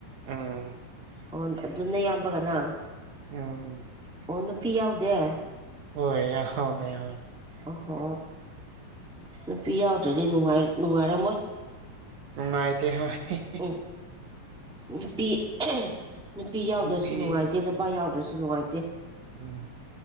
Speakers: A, on the right; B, in the centre.
A: ꯎꯝ
B: ꯑꯣ ꯑꯗꯨꯅ ꯌꯥꯝꯕꯒ ꯅꯪ
A: ꯎꯝ
B: ꯑꯣ ꯅꯨꯄꯤ ꯌꯥꯎꯗꯦ
A: ꯍꯣꯏ ꯌꯥꯎꯗꯦ ꯌꯥꯎ
B: ꯑꯣꯍꯣ ꯅꯨꯄꯤ ꯌꯥꯎꯗ꯭ꯔꯗꯤ ꯅꯨꯡꯉꯥꯏꯔꯝꯃꯣꯏ
A: ꯅꯨꯡꯉꯥꯏꯇꯦ ꯍꯥꯏ ꯍꯤ ꯍꯤ
B: ꯎꯝ ꯅꯨꯄꯤ ꯅꯨꯄꯤ ꯌꯥꯎꯗ꯭ꯔꯁꯨ
A: ꯅꯨꯄꯤ
B: ꯅꯨꯡꯉꯥꯏꯇꯦ ꯅꯨꯄꯥ ꯌꯥꯎꯗ꯭ꯔꯁꯨ ꯅꯨꯡꯉꯥꯏꯇꯦ
A: ꯎꯝ